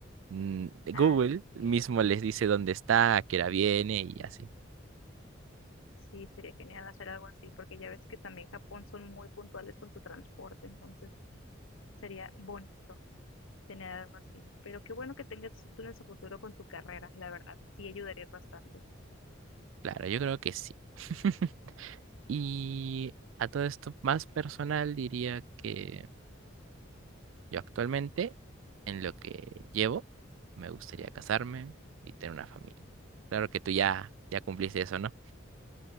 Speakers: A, on the right; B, on the left.
A: Mm,
B: Ah,
A: Google
B: ok,
A: mismo
B: ok.
A: les dice dónde está, a qué hora viene y así.
B: Sí, sería genial hacer algo así, porque ya ves que también Japón son muy puntuales con su transporte, entonces sería bonito tener algo así. Pero qué bueno que tengas esos planes a futuro con tu carrera, la verdad, sí ayudarías bastante.
A: Claro, yo creo que sí. <laughs> Y a todo esto más personal diría que yo actualmente, en lo que llevo, me gustaría casarme y tener una familia. Claro que tú ya, ya cumpliste eso, ¿no?